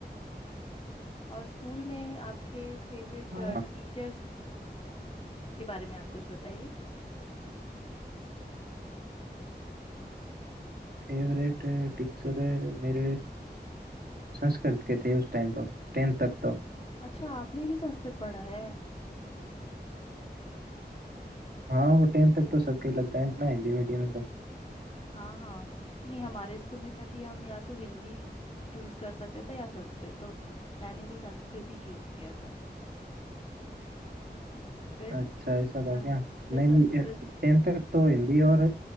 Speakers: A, on the left; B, on the right.
A: और स्कूल में आपके फेवरेट
B: हाँ
A: टीचर्स के बारे में आप कुछ बताइए
B: फेवरेट टीचर मेरे संस्कृत के थे उस टाइम तो टेंथ तक तो
A: अच्छा आपने भी संस्कृत पढ़ा है
B: हाँ वो टेंथ तक तो सबके लगता है ना हिंदी मीडियम में तो
A: हाँ हाँ नहीं हमारे स्कूल में था कि हम या तो हिंदी चूज कर सकते थे या संस्कृत तो मैंने भी संस्कृत ही चूज किया था फिर
B: अच्छा ऐसा था
A: सं-
B: क्या
A: फिर
B: नहीं
A: संस्कृत
B: नहीं टेंथ तक तो हिंदी और